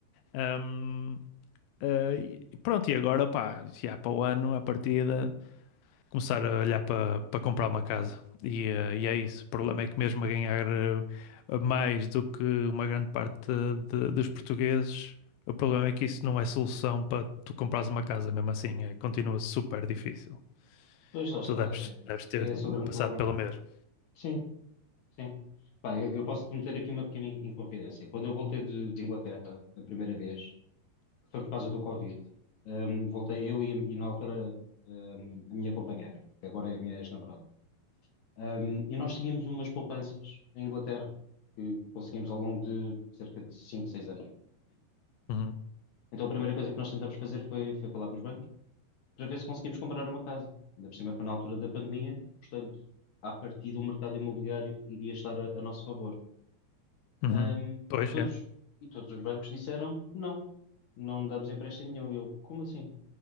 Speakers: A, on the left; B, on the left.
A: Ahm, ah, e- pronto, e agora, pá, se há para o ano, à partida começar a olhar para para comprar uma casa. E, eh, e é isso. O problema é que mesmo a ganhar eh, mais do que uma grande parte de- dos portugueses, o problema é que isso não é solução para tu comprares uma casa, mesmo assim. É, continua super difícil.
B: Pois lá está,
A: Tu deves,
B: é,
A: deves ter
B: é esse o grande
A: passado
B: problema.
A: pelo mesmo.
B: Sim, sim. Pá, eu, eu posso cometer aqui uma pequena inconfidência. Quando eu voltei de, de Inglaterra a primeira vez, que foi por causa do Covid, hum, voltei eu e, e na altura hum, a minha companheira, que agora é a minha ex-namorada. Hum, e nós tínhamos umas poupanças em Inglaterra que conseguimos ao longo de cerca de 5 6 anos.
A: Uhum,
B: Então a primeira coisa que nós tentámos fazer foi, foi falar com os bancos para ver se conseguimos comprar uma casa. Ainda por cima foi na altura da pandemia, portanto, à partida o mercado imobiliário iria estar a, a nosso favor.
A: uhum.
B: Ahm,
A: Pois,
B: todos,
A: é.
B: os- e todos os bancos disseram não, não damos empréstimo nenhum. E eu, como assim?